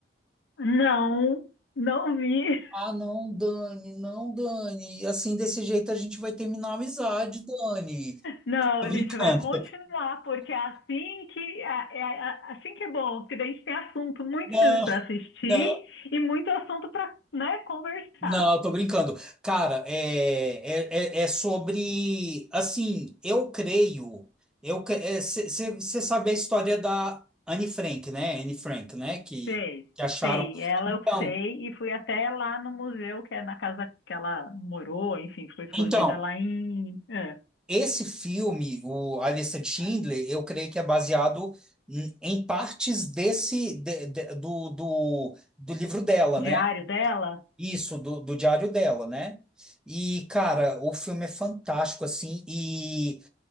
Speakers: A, on the left (about 85°); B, in the centre.
A: Não, não vi.
B: Ah, não, Dani, não, Dani. Assim, desse jeito a gente vai terminar a amizade, Dani.
A: Não,
B: Tô
A: a
B: brincando.
A: gente vai continuar, porque é assim que é, é- é assim que é bom, porque daí a gente tem assunto, muitos
B: Não,
A: filmes para assistir
B: não,
A: e muito assunto para, né, conversar.
B: não, tô brincando. Cara, é, é, é é sobre. Assim, eu creio. Eu, você sabe a história da Anne Frank, né? Anne Frank, né? Que,
A: Sei,
B: que acharam.
A: sei, ela
B: Então,
A: eu sei, e fui até lá no museu, que é na casa que ela morou, enfim, ficou escondida
B: então.
A: lá em é,
B: Esse filme, o A Lista de Schindler, eu creio que é baseado em em partes desse de- de- do, do, do livro dela,
A: diário
B: né?
A: dela.
B: Isso, do, do diário dela, né? E, cara, o filme é fantástico, assim. E,